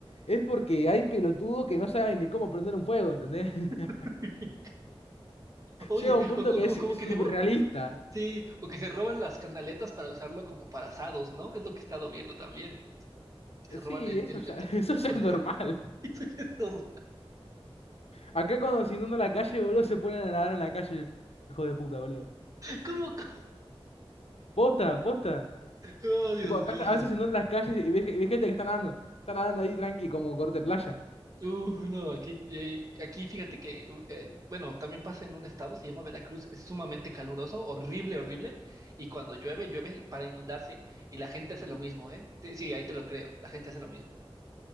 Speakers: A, on the left (about 85°); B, on the right (about 35°).
A: es porque hay pelotudos que no saben ni cómo prender un fuego, ¿entendés? <laughs>
B: <laughs> Oye,
A: Llega un punto
B: o- o-
A: que es
B: o- ¿cómo
A: es
B: que
A: surrealista.
B: se, Sí, o que se roban las canaletas para usarlo como para asados, ¿no? Es lo que he estado viendo también. Que se
A: Sí,
B: roban el,
A: eso
B: el
A: ya,
B: metal.
A: <laughs>
B: No,
A: eso ya
B: <laughs>
A: es normal.
B: eso ya es hor-
A: Acá cuando se inunda la calle, boludo, se ponen a nadar en la calle, hijo de puta, boludo.
B: ¿Cómo? co-
A: Posta, posta.
B: Oh, Dios
A: Tipo, acá
B: mío.
A: a veces se inundan las calles y ves, y ves gente que está nadando. Está nadando ahí tranqui, como corte playa.
B: Uh, no, aquí, eh, aquí fíjate que, uh, eh, bueno, también pasa en un estado, se llama Veracruz, es sumamente caluroso, horrible, horrible, y cuando llueve, llueve para inundarse, y la gente hace lo mismo, ¿eh? Te- sí, ahí te lo creo, la gente hace lo mismo.